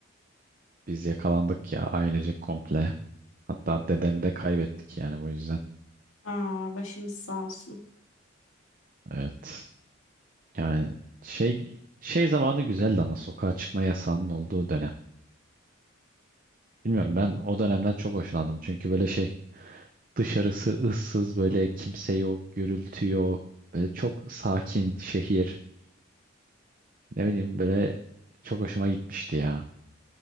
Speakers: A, on the right; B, on the left.
A: Biz yakalandık ya ailecek komple. Hatta dedemi de kaybettik yani bu yüzden.
B: Aa, başınız sağ olsun.
A: Evet. Yani şey şey zamanı güzeldi ama sokağa çıkma yasağının olduğu dönem. Bilmiyorum ben o dönemden çok hoşlandım. Çünkü böyle şey Dışarısı ıssız böyle kimse yok, gürültü yok. Böyle çok sakin şehir. Ne bileyim böyle çok hoşuma gitmişti ya.